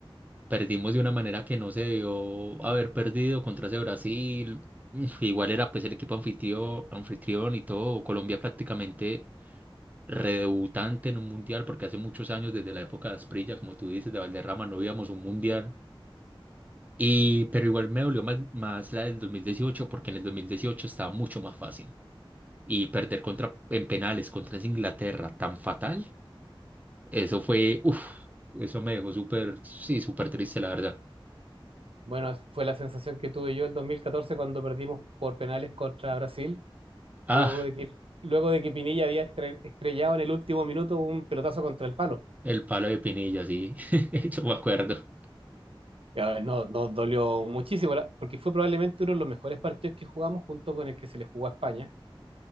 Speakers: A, on the right; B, on the right.
A: perdimos de una manera que no se debió haber perdido contra ese Brasil. Mm, Igual era pues el equipo anfitrión, anfitrión y todo. Colombia prácticamente redebutante en un mundial porque hace muchos años, desde la época de Asprilla, como tú dices, de Valderrama, no íbamos a un mundial. Y, pero igual me dolió más, más la del 2018 porque en el 2018 estaba mucho más fácil. Y perder contra, en penales contra esa Inglaterra tan fatal, eso fue, uff, eso me dejó súper, sí, súper triste, la verdad.
B: Bueno, es- fue la sensación que tuve yo el 2014 cuando perdimos por penales contra Brasil,
A: Ah,
B: luego de que, luego de que Pinilla había estre- estrellado en el último minuto un pelotazo contra el palo.
A: el palo de Pinilla, sí, <laughs> yo me acuerdo.
B: Y, no, nos dolió muchísimo, la- porque fue probablemente uno de los mejores partidos que jugamos junto con el que se le jugó a España.